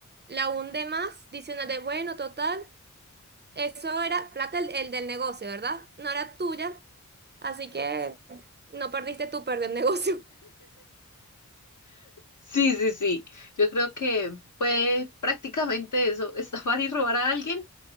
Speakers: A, on the right (about 35°); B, on the left (about 70°).
A: la hunde más diciéndote, bueno, total, eso era plata el, el del negocio, ¿verdad? No era tuya, así que no perdiste tú, perder el negocio.
B: Sí, sí, sí, yo creo que puede prácticamente eso, <laughs> estafar y robar a alguien